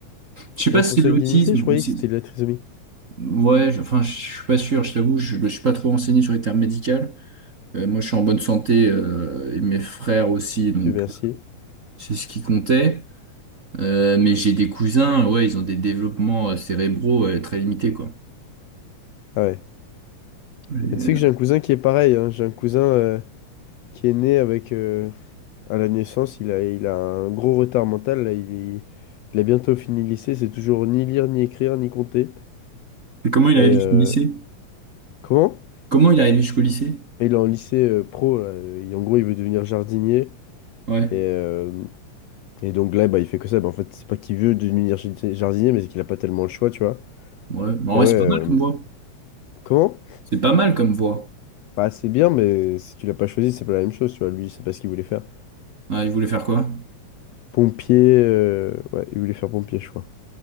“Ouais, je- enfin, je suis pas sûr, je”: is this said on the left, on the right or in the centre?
Right